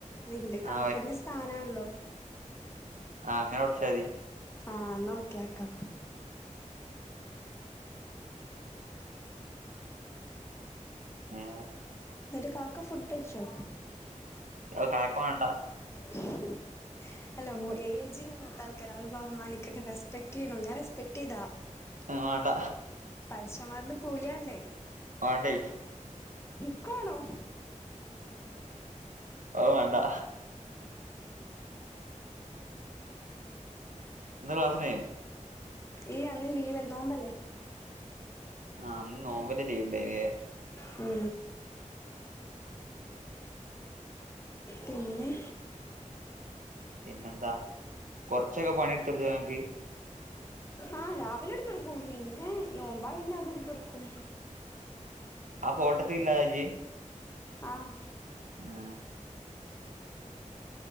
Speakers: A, on the left; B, on the right.
A: അന്റെ കാക്കന്റെ
B: ആ
A: സ്ഥാനാണല്ലോ
B: ആഹ അങ്ങനെ വിളിച്ചാ മതി
A: ആഹ് നോക്കിയക്കാ
B: ആഹ
A: എന്നിട്ട് കാക്ക ഫുഡ് അയിച്ചോ
B: കാക്ക വേണ്ട
A: ഹ് ഹ് അല്ല യേജിന് മൂത്താ ആൾ ക്കറ അവുമ്പോ റെസ്പെക്ട് ചെയ്യണം ഞൻറെസ്പെക്ട് ചെയ്താ
B: ആ മാണ്ട
A: പഠിച്ചശമാന്ന് കൂലിയണ്ടേ
B: മാണ്ട
A: ഇന്ക് മാണം
B: അ വേണ്ടാ ന്ന് ക്ലാസ്സ്‌ ഉണ്ടായിരുന്നോ
A: ഇല്ല അന്ന് ലീവല്ല നോമ്പല്ലേ
B: ആഹ അന്ന് നോമ്പല ലീവ് ഉണ്ടായിനേ
A: ഉ പിന്നെ
B: പിന്നെ ന്താ കൊറച്ചൊക്കെ പണിയെടുത്ത്ടുത്തു അനക്
A: ആഹ് രാവിലെ എടുത്ത്റക്കും പിന്നെ നോമ്പായി ഉണ്ട അതും എടുത്ത്റക്കും
B: ആ ഫോട്ടത്തിൽ ഉള്ളടണോ ഇജ്
A: ആഹ്
B: ആഹ